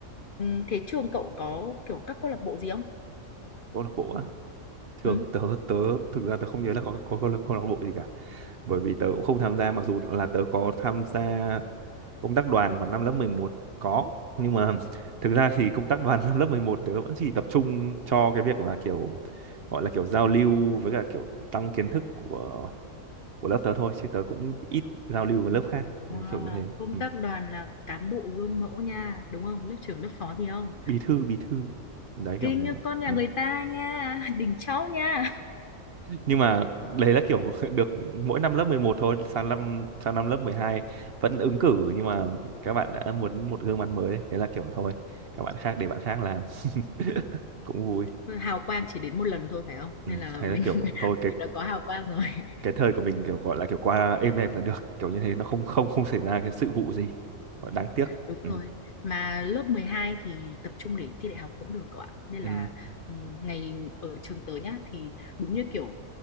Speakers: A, on the left (about 55°); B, on the right (about 55°).
A: Ừ, thế trường cậu có kiểu các câu lạc bộ gì không?
B: Câu lạc bộ á thường
A: Ừ.
B: tớ tớ thực ra tớ không nhớ là có có câu lạc câu lạc bộ gì cả bởi vì tớ cũng không tham gia mặc dù là tớ có tham gia công tác đoàn vào năm lớp 11 có nhưng mà <laughs> thực ra thì công tác đoàn <laughs> năm lớp 11 tớ vẫn chỉ tập trung cho cái việc là kiểu gọi là kiểu giao lưu với cả kiểu tăng kiến thức của của lớp tớ thôi chứ tớ cũng ít giao lưu với lớp khác đấy
A: Wow,
B: kiểu như thế
A: công
B: ừ.
A: tác đoàn là cán bộ gương mẫu nha, đúng không? Lớp trưởng lớp phó gì không?
B: bí thư bí thư đấy
A: Kinh
B: kiểu thế
A: như con nhà
B: ừ.
A: người ta nha, <laughs> đỉnh cháu nha.
B: nhưng mà đấy là kiểu <laughs> được mỗi năm lớp 11 thôi sang năm sang năm lớp 12 vẫn ứng cử nhưng mà các bạn đã muốn một gương mặt mới ấy. thế là kiểu thôi các bạn khác để bạn khác làm <laughs> cũng vui
A: Thôi, hào quang chỉ đến một lần thôi phải không?
B: ừ,
A: Nên là
B: thế
A: mình
B: là kiểu
A: <laughs>
B: thôi cái
A: mình đã có hào quang rồi. <laughs>
B: cái thời của mình kiểu gọi là kiểu qua êm đẹp là được kiểu như thế nó không không không xảy ra cái sự vụ gì gọi đáng tiếc
A: Đúng
B: ừ
A: rồi. Mà lớp 12 thì tập trung để thi đại học cũng được cậu ạ. Nên
B: ừ
A: là ừ, ngày ở trường tớ nhá thì đúng như kiểu